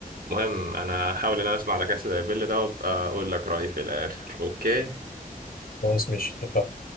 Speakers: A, on the right (about 70°); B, on the left (about 75°).
A: مهم أنا هحاول إن أنا أسمع على كاسة بيل ده وأبقى أقول لك رأيي في الآخر أوكي
B: خلاص ماشي اتفقنا